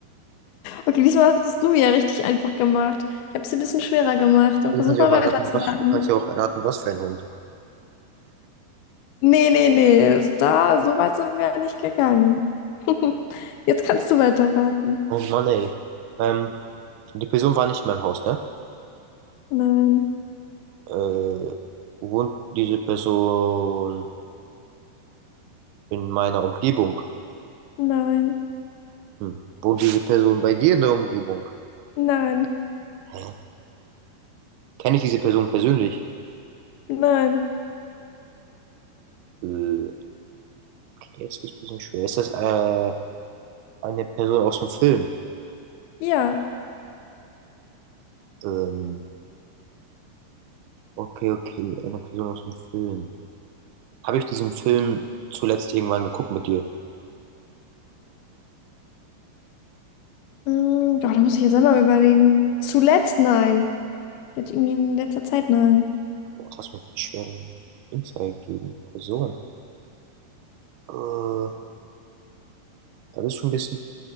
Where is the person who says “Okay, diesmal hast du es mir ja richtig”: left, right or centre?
Left